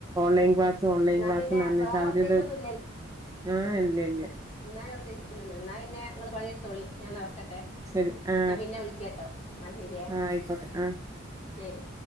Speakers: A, on the right; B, on the left.
A: ഓൺലൈൻ
B: അതെ
A: ക്ലാസ് ഓൺലൈൻ
B: എന്നാ
A: ക്ലാസ്
B: പിന്നെ
A: എന്ന് പറഞ്ഞിട്ട്
B: വേറെ
A: അവരത്
B: പ്രത്യേകിച്ചൊന്നും
A: ആഹ് ഇല്ല ഇല്ലേ
B: ഞാൻ പ്രത്യേകില്ലോഞാന്നെ നിങ്ങള് പണിയെടുത്തോളി ഞാൻ വെക്കട്ടെ?
A: ശരി ആ
B: ഞാൻ പിന്നെ വിളിക്കട്ടോ എന്നാ ശരിയാ
A: ആ ആയിക്കോട്ടെ ആ
B: ശരി